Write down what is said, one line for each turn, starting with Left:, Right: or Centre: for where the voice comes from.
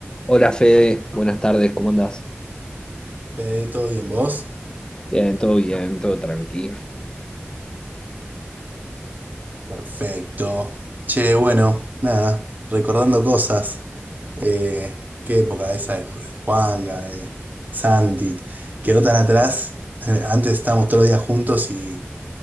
Left: Hola Fede, buenas tardes, ¿cómo andás?
Right: Eh, ¿todo bien vos?
Left: Bien, todo bien, todo tranqui.
Right: Perfecto. Che, bueno, nada, recordando cosas. Eh, qué época esa de Ju- de Juanga, de Santi. Quedó tan atrás. Eh, antes estábamos todos los días juntos y,